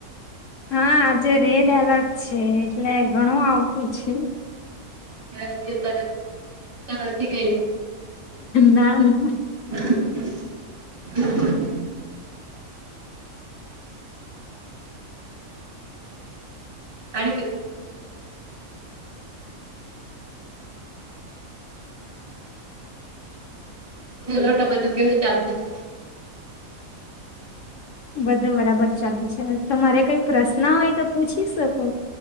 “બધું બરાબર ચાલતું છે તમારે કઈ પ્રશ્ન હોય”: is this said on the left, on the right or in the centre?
Left